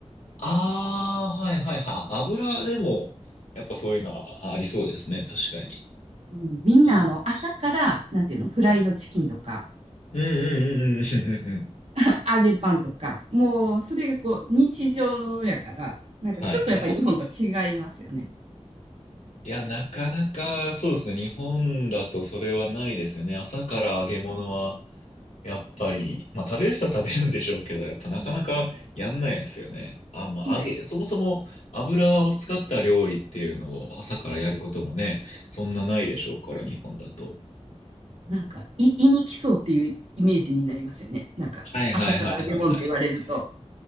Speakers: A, on the left (about 85°); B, on the right (about 65°).
A: ああ、はいはいはい。油でも、やっぱそういうのはありそうですね。確かに。
B: うん、みんなあの朝から、
A: あ
B: なんていうの、フライドチキンとか、
A: ーはい。うんうんうんうんうんうんうん。
B: <laughs> 揚げパンとか、もうそれがこう日常のやから、なんかちょっとやっぱり日本と違いますよね。
A: はいはい。いや、なかなかそうですね。日本だとそれはないですよね。朝から揚げ物は、やっぱり、まあ食べる人は食べるんでしょうけど、やっぱなかなかやんないですよね。
B: うん、
A: あ、まあ揚げ、
B: なんか、
A: そもそも油を使った料理っていうのを朝からやることもね、そんなないでしょうから、日本だと。
B: なんかい、胃に来そうっていうイメージになりますよね。なんか、
A: はいはいはいはいはい。
B: 朝から揚げ物って言われると。